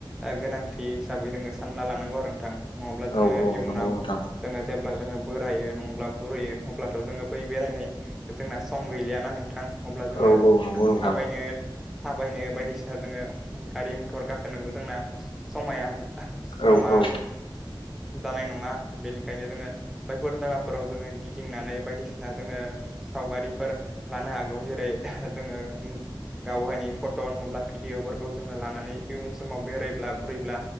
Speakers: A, in the centre; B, on the left.
A: ओ गोनांथि हिसाबै जोङो सानना लानांगौ आरो नोंथां नङाब्ला जोङो
B: औ औ
A: इयुनाव
B: नंगौ नोंथां
A: जोङो जेब्ला जोङो बोरायो नङाब्ला बुरैयो अब्लाथ' जोङो बै बेरायनाय जोंना सम गैलियाना नोंथां अब्ला जोङो
B: औ औ नंगौ नोंथां
A: थाबायनो थाबायनो बायदिसिना जोङो गारि मथर गाखोनोबो जोंना समाया समा
B: औ औ
A: जानाय नङा बेनिखायनो जोङो बैफोर जायगा फोराव जोङो गिदिंनानै बायदिसिना जोङो सावगारिफोर लानो हागौ जेरै जोङो गावहायनि फट' नङाब्लाभिडिअफोरखौ जोङो लानानै इयन समाव बेरायब्ला बुरैब्ला